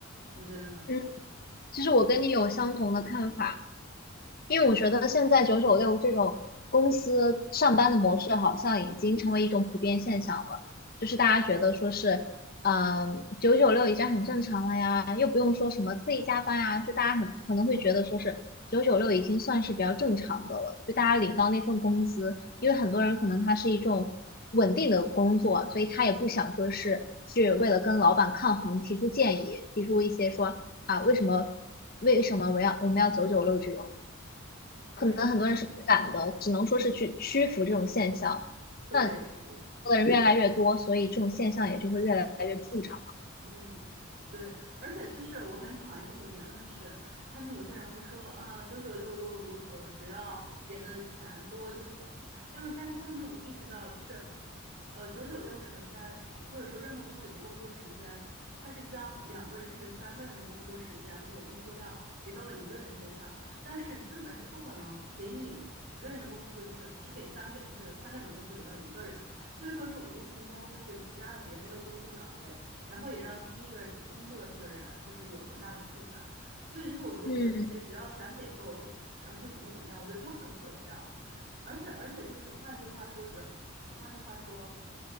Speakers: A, on the right; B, on the left.
A: 你觉得呢？
B: 嗯，其实我跟你有相同的看法，因为我觉得现在九九六这种公司上班的模式好像已经成为一种普遍现象了，就是大家觉得说是，嗯、九九六已经很正常了呀，又不用说什么特意加班啊，就大家很可能会觉得说是九九六已经算是比较正常的了，就大家领到那份工资，因为很多人可能他是一种稳定的工作，所以他也不想说是去为了跟老板抗衡提出建议，提出一些说啊为什么为什么我要我们要九九六这种。可能很多人是不敢的，
A: 对。
B: 只能说是去屈服这种现象。
A: 对，
B: 那
A: 是。
B: 做的人越来越多，所以这种现象也就会越来越助长了。
A: 嗯，对，而且就是我很讨厌那种言论是，他们有些人会说，啊，九九六又如何，只要给的钱多就行。但是，但是他们没有意识到，就是，呃，九九六首先或者说任何不合理的工作时间，它是将两个人甚至三个人的工作时间或者工作量给到了一个人身上，但是资本是不可能给你一个人的工资，就是只给三倍，就是三个人的工资给到一个人。所以说，这无形中就是挤压了别人的工作岗位。然后也让第一个工作的这个人就是有很大的负担，所以就是我就觉得那些只要钱给够，
B: 嗯，
A: 就然后就怎么怎么样，我觉得就很可笑，而且而且就是换句话说，只要换句话说，